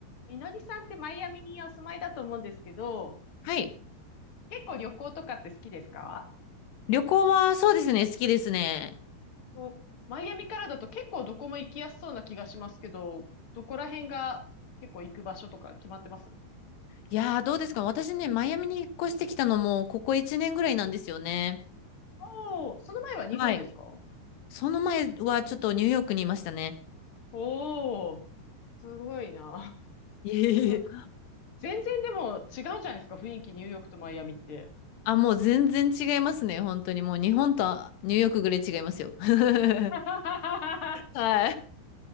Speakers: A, on the left; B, on the left.
A: みのりさんってマイアミにお住まいだと思うんですけど、
B: はい。
A: 結構旅行とかって好きですか
B: 旅行はそうですね、好きですね。
A: お、マイアミからだと結構どこも行きやすそうな気がしますけど、どこら辺が結構行く場所とか決まってます
B: いやー、どうですか私ね、マイアミに引っ越してきたのも、ここ1年ぐらいなんですよね。
A: おー、その前は日本ですか
B: はい。その前はちょっとニューヨークにいましたね。
A: おー、すごいな。<laughs>
B: いえいえ。
A: ニューヨークか。全然でも違うんじゃないですか雰囲気ニューヨークとマイアミって。
B: あ、もう全然違いますね、本当に。もう日本とニューヨークぐらい違いますよ。<laughs> は
A: <laughs>
B: い。